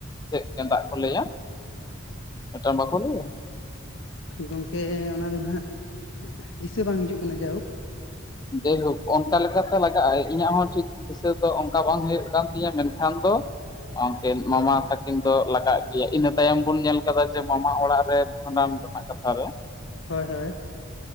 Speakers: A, on the left; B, on the left.
A: ᱪᱮᱫ ᱜᱮᱸᱫᱟᱜ ᱠᱚ ᱞᱟᱹᱭᱟ ᱢᱤᱫᱴᱟᱱ ᱵᱟᱠᱚ ᱞᱟᱹᱭᱟ
B: ᱜᱚᱢᱠᱮ ᱚᱱᱟ ᱫᱚ ᱱᱟᱦᱜ ᱫᱤᱥᱟᱹ ᱵᱟᱝ ᱦᱤᱡᱩᱜ ᱠᱟᱱᱟ ᱡᱟᱭᱦᱳᱠ
A: ᱡᱟᱭᱦᱳᱠ ᱚᱱᱠᱟ ᱞᱮᱠᱟᱛᱮ ᱞᱟᱜᱟᱜ ᱟᱭ ᱤᱧᱟᱹᱜ ᱦᱚᱸ ᱴᱷᱤᱠ ᱫᱤᱥᱟᱹ ᱫᱚ ᱚᱱᱠᱟ ᱵᱟᱝ ᱦᱩᱭᱩᱜ ᱠᱟᱱ ᱛᱤᱧᱟᱹ ᱢᱮᱱᱠᱷᱟᱱ ᱠᱷᱟᱱ ᱫᱚ ᱩᱱᱠᱤᱱ ᱢᱟᱢᱟ ᱛᱟᱹᱠᱤᱱ ᱫᱚ ᱞᱟᱜᱟᱜ ᱜᱮᱭᱟ ᱤᱱᱟᱹ ᱛᱟᱭᱚᱢ ᱵᱚᱱ ᱧᱮᱞ ᱠᱟᱫᱟ ᱡᱮ ᱢᱟᱢᱟ ᱚᱲᱟᱜ ᱨᱮᱱ ᱵᱷᱟᱸᱰᱟᱱ ᱨᱮᱱᱟᱜ ᱠᱟᱛᱷᱟ ᱨᱮ
B: ᱦᱳᱭ ᱦᱳᱭ